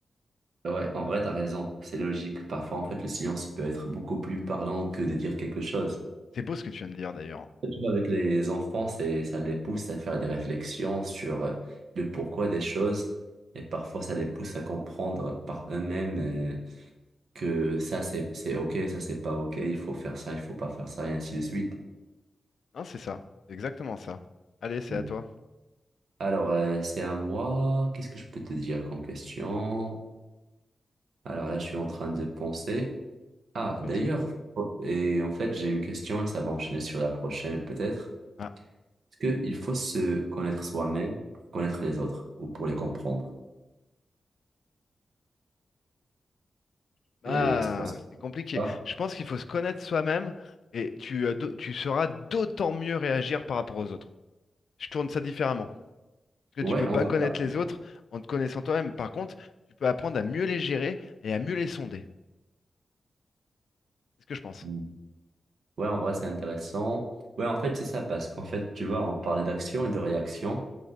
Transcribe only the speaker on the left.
C'est beau ce que tu viens de dire d'ailleurs.
Hein, c'est ça, c'est exactement ça. Allez, c'est
à toi.
Pas
de souci.
Ah,
ah,
c'est compliqué.
Je pense qu'il faut se connaître soi-même et tu, euh, d'au- tu sauras d'autant mieux réagir par rapport aux autres. Je tourne ça différemment. Parce
que tu peux pas
connaître
les autres en te connaissant toi-même. Par contre, tu peux apprendre à mieux les gérer et à mieux les sonder. C'est ce que je pense.